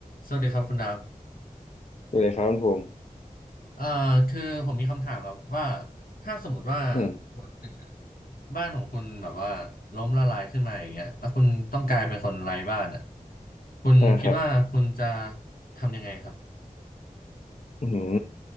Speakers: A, on the left; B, on the left.
A: สวัสดีครับคุณดับ
B: ดูเลยครับคุณภูมิ
A: เอ่อคือผมมีคำถามครับว่าถ้าสมมติว่า
B: อืม
A: วันหนึ่งอะบ้านของคุณแบบว่าล้มละลายขึ้นมาอย่างเงี้ยแล้วคุณต้องกลายเป็นคนไร้บ้านอ่ะคุณคิดว่าคุณจะ
B: อ่าครับ
A: ทำยังไงครับ
B: อืม